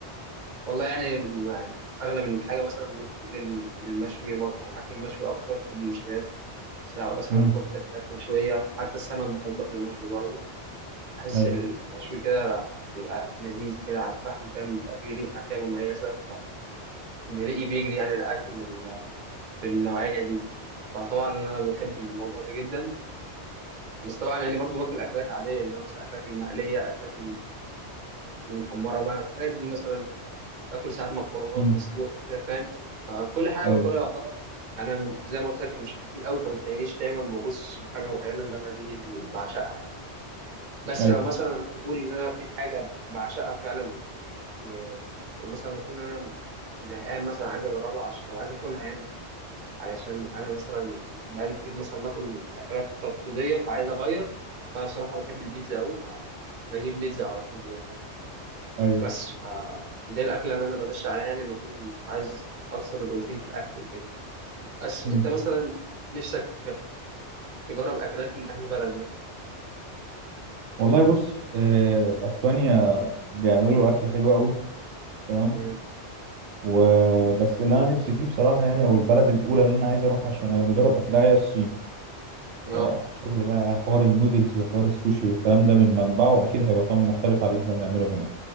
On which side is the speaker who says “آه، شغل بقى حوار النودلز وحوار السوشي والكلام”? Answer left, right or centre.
Right